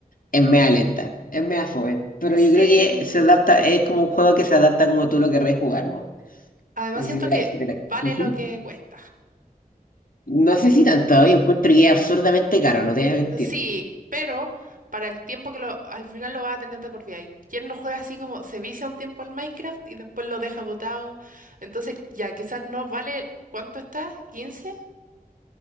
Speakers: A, on the left; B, on the right.
A: Es mea lenta, es mea fome. Pero
B: Sí,
A: yo creo que se adapta, es como un juego que se adapta como tú lo querrás jugar, ¿no?
B: además
A: Si
B: siento
A: te
B: que
A: la- si te la-
B: vale
A: Ujú.
B: lo que cuesta.
A: No sé si tanto, yo encuentro que es absurdamente caro, no te voy a mentir.
B: Sí, pero para el tiempo que lo, al final lo va a tener de por vida. Y quien no juega así como se vicia un tiempo al Minecraft y después lo deja botado. Entonces, ya quizás no vale, ¿cuánto está? quince.